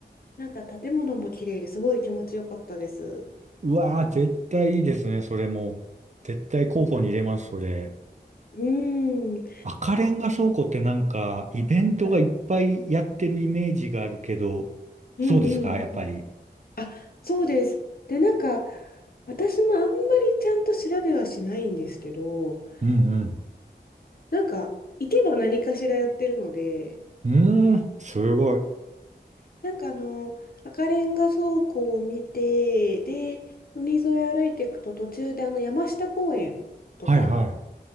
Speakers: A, on the left; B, on the right.
A: なんか建物も綺麗ですごい気持ちよかったです。
B: うわー、絶対いいですね、それもう。絶対候補に入れます、それ。
A: うーん。
B: 赤レンガ倉庫ってなんか、イベントがいっぱいやってるイメージがあるけど、
A: はい。うんうん
B: そうですか、やっぱり。
A: あ、そうです。で、なんか、私もあんまりちゃんと調べはしないんですけど、
B: うん
A: なんか、行けば何かしらやってるので、
B: うん。うーん、すごい。
A: うんなんかあの、赤レンガ倉庫を見て、で、海沿い歩いていくと途中であの山下公園とか、
B: はいはい。